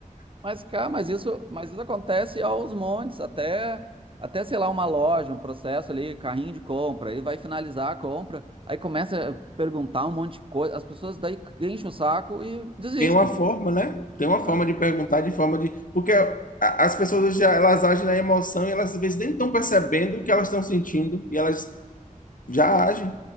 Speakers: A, on the right; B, on the left.
A: Mas, cara, mas isso, mas isso acontece aos montes, até, até, sei lá, uma loja, um processo ali, carrinho de compra, aí vai finalizar a compra, aí começa a te perguntar um monte de coisa, as pessoas daí enchem o saco e
B: <laughs>
A: desistem.
B: Tem uma forma, né? Tem uma
A: né?
B: forma de perguntar, de forma de. Porque a- as pessoas já elas agem na emoção e elas às vezes nem estão percebendo o que elas estão sentindo e elas já agem.